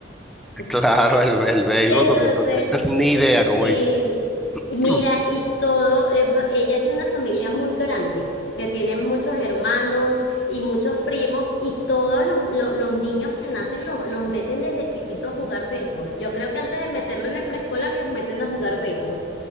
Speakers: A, in the centre; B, on the left.
A: <laughs>
B: <laughs>
A: Claro, el, el béisbol,
B: Y entonces
A: porque tú- <laughs> ni idea, como
B: Sí,
A: dice.
B: y mira,
A: <clears throat>
B: y todo, eh, ella es de una familia muy grande, que tiene muchos hermanos y muchos primos, y todos los, lo- los niños que nacen los, los meten desde chiquitos a jugar béisbol. Yo creo que antes de meterlo en el preescolar, los meten a jugar béisbol.